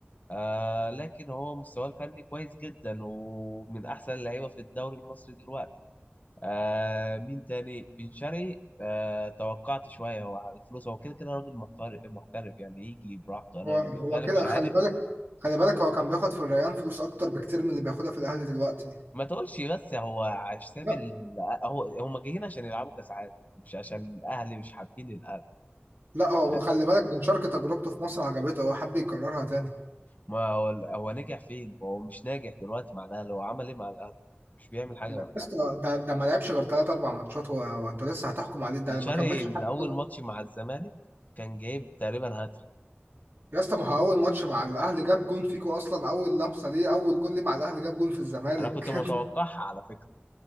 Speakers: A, on the left (about 40°); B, on the right (about 60°).
A: آه لكن هو مستواه الفني كويس جدا ومن احسن اللعيبه في الدوري المصري دلوقتي آه مين تاني بن شرقي آه توقعت شويه هو على الفلوس هو كده كده راجل محترف محترف يعني يجي براحته انا
B: هو هو
A: بالنسبه لي
B: كده
A: مش عارف
B: خلي بالك خلي بالك هو كان بياخد في الريان فلوس اكتر بكتير من اللي بياخدها في الاهلي دلوقتي
A: ما تقولش بس هو على حساب
B: لا
A: ال- آه، هو هم جايين عشان يلعبوا كاس عالم مش عشان الاهلي مش حابين الاهلي
B: لا هو
A: يعني
B: خلي بالك بن شرقي تجربته في مصر عجبته هو حب يكررها تاني
A: ما هو هو نجح فين ما هو مش ناجح دلوقتي مع الاهلي هو عمل ايه مع الاهلي مش بيعمل حاجه
B: لا،
A: مع الاهلي
B: بس ده ده ما لعبش غير ثلاث اربع ماتشات هو هو انت لسه هتحكم عليه ده
A: بن شرقي
B: ما كملش
A: من
B: حتى
A: اول ماتش مع الزمالك كان جايب تقريبا هاتريك
B: يا اسطى ما هو اول ماتش مع الاهلي جاب جون فيكو اصلا اول لمسه ليه اول جون ليه مع الاهلي جاب جون في الزمالك
A: انا كنت متوقعها
B: <laughs>
A: على فكره